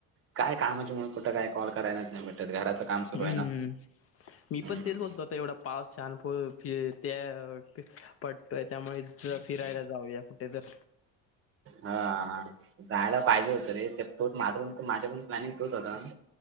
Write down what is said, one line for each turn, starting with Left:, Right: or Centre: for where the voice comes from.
Right: काय कामच्यामुळे कुठं काय कॉल करायलाच नाही भेटत, घराचं काम सुरू
Left: हम्म
Right: आहे ना.
Left: मी
Right: हम्म
Left: पण तेच बोलतो आता एवढा पाऊस प फ छान त्या प त्यामुळे ज फिरायला जाऊया कुठे तर.
Right: हा हा, जायला पाहिजे होतं रे ते तोच माझं पण माझ्या पण प्लॅनिंग तोच होता.